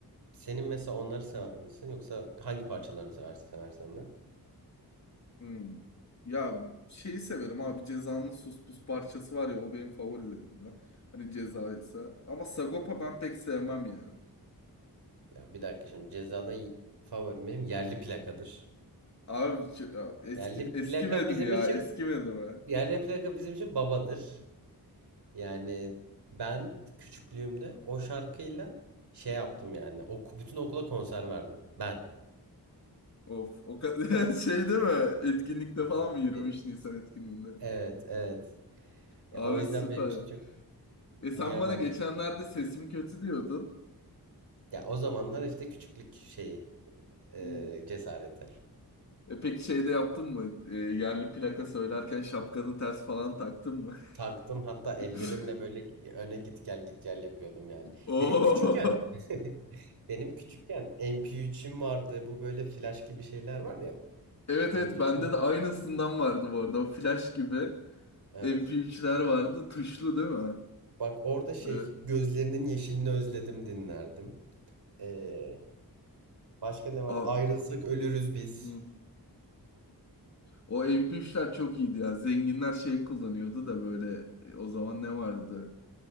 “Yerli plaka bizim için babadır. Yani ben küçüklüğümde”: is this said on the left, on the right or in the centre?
Right